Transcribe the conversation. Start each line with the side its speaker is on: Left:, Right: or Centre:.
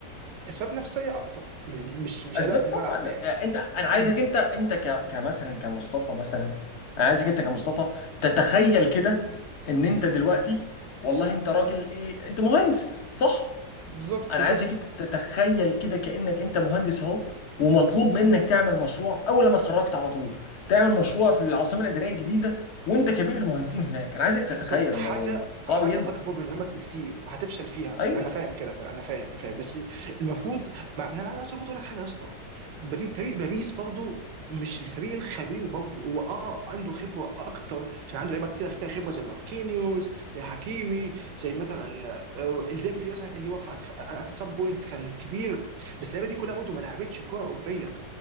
Right: اسباب نفسيه اكتر م- مش مش
Left: اسباب
Right: اداء
Left: طبعا
Right: في الملعب يعني
Left: انت انا
Right: مم.
Left: عايزك انت انت ك... كمثلا كمصطفى مثلا انا عايزك انت كمصطفى تتخيل كده ان انت دلوقتي والله انت راجل ايه انت مهندس صح
Right: بالظبط
Left: انا
Right: بالظبط
Left: عايزك انت تتخيل كده كانك انت مهندس اهو ومطلوب منك تعمل مشروع اول لما اتخرجت على طول تعمل مشروع في العاصمه الاداريه الجديده وانت كبير المهندسين هناك انا عايزك تتخيل
Right: بالظبط حاجه
Left: الموضوع ده صعب
Right: حاجه
Left: جدا
Right: اكبر من مهمك بكتير وهتفشل فيها
Left: ايوه
Right: انا فاهم كده فعلا انا فاهم انا فاهم بس المفروض ما ما انا عايز برضه اقول لك حاجه يا اسطى بفي- فريق باريس برضه مش الفريق الخبير برضه هو اه عنده خبره اكتر عشان عنده لعيبه كتير فيها خبره زي ماركينيوس زي حكيمي زي مثلا آه، الديمبلي مثلا اللي هو في ات سام بوينت كان كبير بس اللعيبه دي كلها برضه ما لعبتش كوره اوروبيه